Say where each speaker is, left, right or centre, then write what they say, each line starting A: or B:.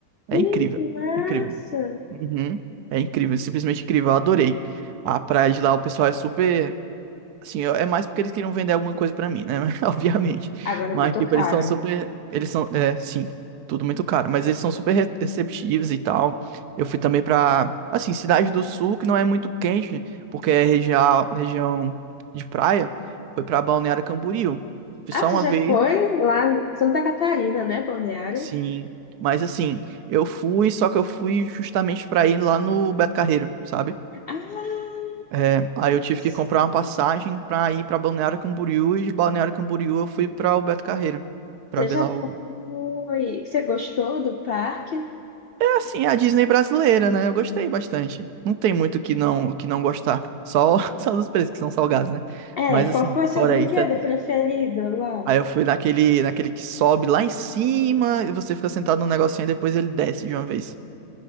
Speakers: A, on the right (about 75°); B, on the left (about 70°).
A: É
B: Que
A: incrível.
B: massa!
A: Incrível. Uhum. É incrível, simplesmente incrível. Eu adorei. A praia de lá, o pessoal é super. Assim, eu- é mais porque eles queriam vender alguma coisa pra mim, né? <laughs> Obviamente.
B: Agora
A: Mas,
B: me tocaram.
A: tipo, eles são super. Eles são. É, sim, tudo muito caro. Mas eles são super re- receptivos e tal. Eu fui também pra. Assim, Cidade do Sul, que não é muito quente, porque é região, região de praia. Foi pra Balneário Camboriú. Fui
B: Ah,
A: só
B: você
A: uma
B: já
A: vez,
B: foi lá em Santa Catarina, né, Balneário?
A: sim. Mas, assim, eu fui, só que eu fui justamente pra ir lá no Beto Carreiro, sabe?
B: Ah,
A: É, aí eu tive
B: você
A: que comprar uma passagem pra ir pra Balneário Camboriú e de Balneário Camboriú eu fui pra Alberto Carreiro Pra
B: já
A: ver lá
B: foi.
A: o
B: Você gostou do parque?
A: É assim, é a Disney brasileira, né? Eu gostei bastante. Não tem muito o que não o que não gostar, só <laughs> só dos preços que são salgados, né?
B: É,
A: Mas
B: qual
A: assim,
B: foi seu
A: fora
B: brinquedo
A: isso, é-
B: preferido lá?
A: aí eu fui naquele naquele que sobe lá em cima e você fica sentado num negocinho e depois ele desce de uma vez.